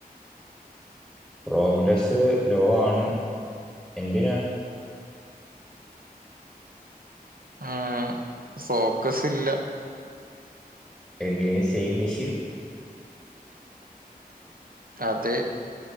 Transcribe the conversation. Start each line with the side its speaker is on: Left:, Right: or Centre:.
Centre: പ്രോഗ്രസ്സ് ലോ ആണ് എന്തിനാ
Right: ഉം ഫോക്കസ് ഇല്ല
Centre: എന്റെയും സെയിം ഇഷ്യൂ
Right: അതെ